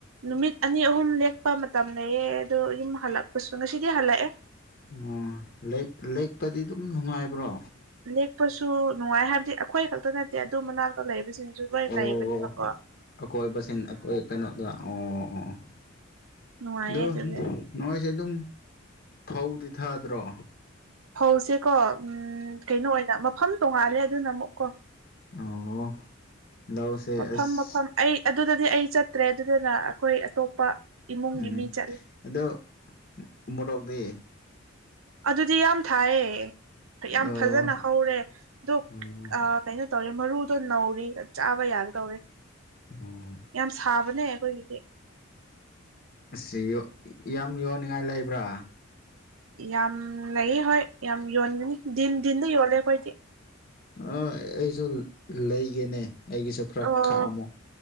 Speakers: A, on the right (about 85°); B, on the left (about 45°).
A: ꯅꯨꯃꯤꯠ ꯑꯅꯤ ꯑꯍꯨꯝ ꯂꯦꯛꯄ ꯃꯇꯝ ꯂꯩꯌꯦ ꯑꯗꯣ ꯌꯨꯝ ꯍꯜꯂꯛꯄꯁꯨ ꯉꯁꯤꯗꯤ ꯍꯜꯂꯛꯑꯦ
B: ꯑꯣ ꯂ‌ꯦꯛ ꯂꯦꯛꯄꯗꯤ ꯑꯗꯨꯝ ꯅꯨꯡꯉꯥꯏꯕ꯭ꯔꯣ
A: ꯂꯦꯛꯄꯁꯨ ꯅꯨꯡꯉꯥꯏ ꯍꯥꯏꯕꯗꯤ ꯑꯩꯈꯣꯏ ꯈꯛꯇꯥ ꯅꯠꯇꯦ ꯑꯗꯨ ꯃꯅꯥꯛꯇ ꯂꯩꯕꯁꯤꯡꯁꯨ ꯂꯣꯏ
B: ꯑꯣ
A: ꯂꯩꯕꯅꯤꯕꯀꯣ
B: ꯑꯀꯣꯏꯕꯁꯤꯡ ꯑꯣꯏ ꯀꯩꯅꯣꯗ ꯑꯣ ꯑꯣ
A: ꯅꯨꯡꯉꯥꯏꯌꯦ
B: ꯑꯗꯨ
A: ꯑꯗꯨꯒꯤ
B: ꯅꯣꯏꯁꯦ ꯑꯗꯨꯝ ꯐꯧꯗꯤ ꯊꯥꯗ꯭ꯔꯣ
A: ꯐꯧꯁꯦ ꯀꯣ ꯎꯝ ꯀꯩꯅꯣ ꯑꯣꯏꯅ ꯃꯐꯝ ꯇꯣꯡꯉꯥꯜꯂꯦ ꯑꯗꯨꯅ ꯑꯃꯨꯛ ꯀꯣ
B: ꯑꯣ ꯂꯧꯁꯦ
A: ꯃꯐꯝ
B: ꯑꯁ
A: ꯃꯐꯝ ꯑꯩ ꯑꯗꯨꯗꯗꯤ ꯑꯩ ꯆꯠꯇ꯭ꯔꯦ ꯑꯗꯨꯗꯨꯅ ꯑꯩꯈꯣꯏ ꯑꯇꯣꯞꯄ ꯏꯃꯨꯡꯒꯤ
B: ꯎꯝ
A: ꯃꯤ ꯆꯠꯂꯦ
B: ꯑꯗꫭ ꯃꯣꯔꯣꯛꯇꯤ
A: ꯑꯗꯨꯗꯤ ꯌꯥꯝ ꯊꯥꯏꯌꯦ
B: ꯑꯗꯣ
A: ꯌꯥꯝ ꯐꯖꯅ ꯍꯧꯔꯦ ꯑꯗꯨ
B: ꯑꯣ
A: ꯑꯥ ꯀꯩꯅꯣ ꯇꯧꯔꯤ ꯃꯔꯨꯗꯣ ꯅꯧꯔꯤ ꯆꯥꯕ ꯌꯥꯒꯗꯧꯔꯦ
B: ꯑꯣ
A: ꯌꯥꯝ ꯁꯥꯕꯅꯦ ꯑꯩꯈꯣꯏꯒꯤꯗꯤ
B: ꯁꯤꯌꯨ ꯌꯥꯝ ꯌꯣꯟꯅꯤꯡꯉꯥꯏ ꯂꯩꯕ꯭ꯔꯥ
A: ꯌꯥꯝ ꯂꯩ ꯍꯣꯏ ꯌꯥꯝ ꯌꯣꯟꯒꯅꯤ ꯗꯤꯟ ꯗꯤꯟꯗꯥ ꯌꯣꯜꯂꯦ ꯑꯩꯈꯣꯏꯗꯤ
B: ꯑꯥ ꯑꯩꯁꯨ ꯂꯩꯒꯦꯅꯦ ꯑꯩꯒꯤꯁꯨ ꯈꯔ
A: ꯑꯣ
B: ꯈꯥꯛꯑꯝꯃꯣ